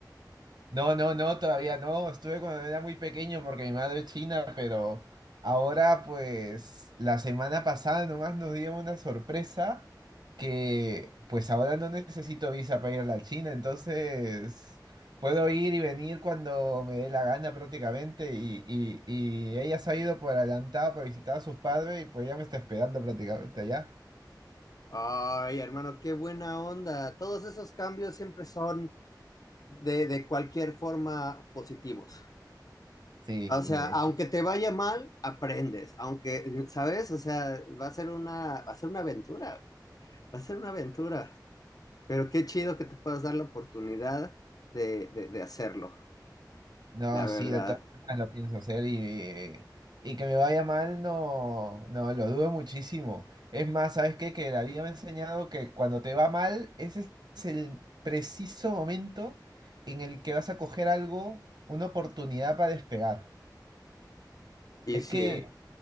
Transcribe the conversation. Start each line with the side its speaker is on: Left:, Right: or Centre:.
Right: No, no, no, todavía no. Estuve cuando era muy pequeño porque mi madre es china, pero ahora pues la semana pasada nomás nos dio una sorpresa que pues ahora no necesito visa para ir a la China, entonces puedo ir y venir cuando me dé la gana prácticamente y, y, y ella se ha ido por adelantado para visitar a sus padres y pues ya me está esperando prácticamente allá.
Left: Ay, hermano, qué buena onda. Todos esos cambios siempre son de, de cualquier forma positivos.
Right: Sí,
Left: O
Right: de
Left: sea, aunque te vaya mal, aprendes. Aunque, ¿sabes? O sea, va a ser una, va a ser una aventura. Va a ser una aventura. Pero qué chido que te puedas dar la oportunidad de, de, de hacerlo,
Right: No,
Left: la verdad.
Right: sí, de todas maneras lo pienso hacer y, y que me vaya mal, no, no, lo dudo muchísimo. Es más, ¿sabes qué? Que la vida me ha enseñado que cuando te va mal, ese es el preciso momento en el que vas a coger algo, una oportunidad para despegar.
Left: Y
Right: Es
Left: sí,
Right: que,
Left: ¿eh?